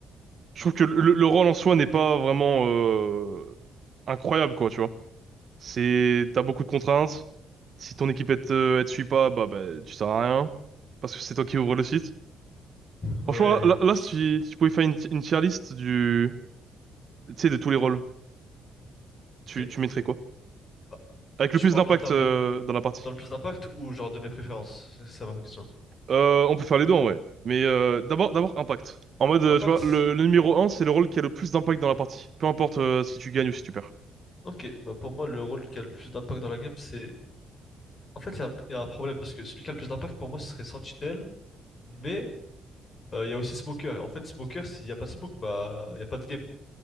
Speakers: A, on the right (about 50°); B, on the left (about 40°).
A: Je trouve que le, le rôle en soi n'est pas vraiment euh, incroyable, quoi, tu vois. C'est, t'as beaucoup de contraintes. Si ton équipe elle te, elle te suit pas, bah, bah tu sers à rien. Parce que c'est toi qui ouvre le site.
B: Ouais,
A: Franchement, là,
B: et en plus.
A: là, si tu, si tu pouvais faire une, une tier list du, tu sais, de tous les rôles, tu,
B: Ok.
A: tu mettrais quoi?
B: Bah,
A: Avec
B: je
A: le plus
B: parle
A: d'impact
B: en termes
A: euh,
B: de,
A: dans la partie.
B: dans le plus d'impact ou genre de mes préférences? C'est ça ma question.
A: Euh, on peut faire les deux en vrai. Mais euh, d'abord, d'abord impact. En mode, euh,
B: Impact?
A: tu vois, le, le numéro un c'est le rôle qui a le plus d'impact dans la partie. Peu importe euh, si tu gagnes ou si tu perds.
B: Ok, bah pour moi, le rôle qui a le plus d'impact dans la game, c'est. En fait, il y, a un il y a un problème parce que celui qui a le plus d'impact pour moi, ce serait Sentinel Mais euh, il y a aussi Smoker. Et en fait, Smoker, s'il n'y a pas de smoke, bah, il n'y a pas de game.